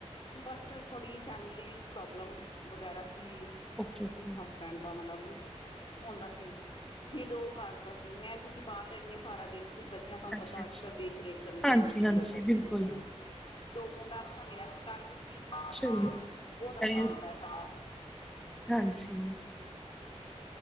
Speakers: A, on the left; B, in the centre.
A: ਬਸ, ਥੋੜ੍ਹੀ ਫੈਮਿਲੀ ਚ ਪ੍ਰੋਬਲਮ ਵਗੈਰਾ ਸੀ
B: ਓਕੇ, ਓਕੇ
A: ਹਸਬੈਂਡ ਦਾ ਮਤਲੱਬ ਹੁੰਦਾ ਸੀ ਤੇ ਫਿਰ ਉਹ ਕਰਤਾ ਸੀ ਮੈਂ ਕਿਉਂਕਿ ਬਾਹਰ ਰਹਿੰਦੀ ਸਾਰਾ ਦਿਨ ਫਿਰ ਬੱਚਿਆਂ ਤੁਹਾਨੂੰ
B: ਅੱਛਾ-ਅੱਛਾ,
A: ਪਤਾ, ਅੱਜ-ਕੱਲ੍ਹ ਦੇਖ-ਰੇਖ ਕਰਨੀ ਥੋੜ੍ਹੀ
B: ਹਾਂਜੀ-ਹਾਂਜੀ
A: ਮੁਸ਼ਕਿਲ ਹੋ ਜਾਂਦੀ
B: ਬਿਲਕੁਲ,
A: ਹੈ। ਤੇ ਉਹ ਮੁੰਡਾ ਅੱਛਾ ਮਿਲਿਆ ਸੀ ਕਰ ਦਿੱਤੀ। ਬਹੁਤ
B: ਚਲੋ
A: ਅੱਛਾ
B: ਅਰੇ,
A: ਮੁੰਡਾ ਹੈ ਸਾਡਾ।
B: ਹਾਂਜੀ